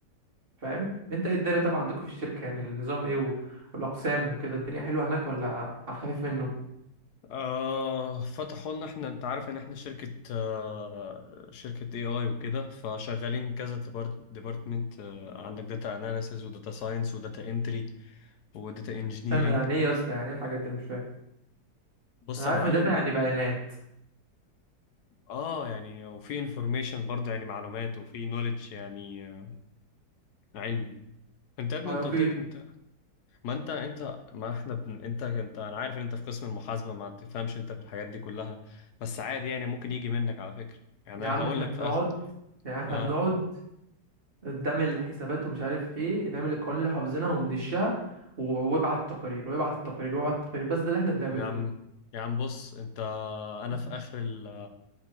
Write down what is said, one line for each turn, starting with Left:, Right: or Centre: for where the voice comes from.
Right: فاهم انت ايه الدنيا طبعا عندكم في الشركة يعني النظام ايه و- والاقسام وكده الدنيا حلوة هناك ولا على الخفيف منه
Left: آه فتحوا لنا احنا انت عارف ان احنا شركة آه شركة اي اي وكده فشغالين كذا ديبارتمنت آه عندك داتا اناليسز وداتا ساينس وداتا انتري وداتا انجينيرنج
Right: استنى يعني ايه يا اسطى يعني ايه الحاجات دي انا مش فاهم
Left: بص
Right: انا
Left: يا
Right: عارف
Left: معلم
Right: ان داتا يعني
Left: اه
Right: بيانات
Left: آه، يعني وفي انفورميشن برضه يعني معلومات وفي نوليدج يعني آه علم انت يا ابني
Right: اه
Left: انت
Right: في
Left: قلت لك انت ما انت انت ما احنا بن... انت انت انا عارف ان انت في قسم المحاسبة ما تفهمش انت في الحاجات دي كلها بس عادي يعني ممكن يجي منك على فكرة يعني
Right: يا
Left: انا
Right: عم
Left: هقول
Right: احنا
Left: لك
Right: بنقعد
Left: في اخر
Right: يعني احنا
Left: اه
Right: بنقعد قدام الحسابات ومش عارف ايه نعمل القوانين اللي حافظينها وندشها و- وابعت التقارير وابعت التقارير وابعت التقارير بس ده اللي احنا بنعمله
Left: يا عم يا عم بص انت انا
Right: مهم.
Left: في اخر ال...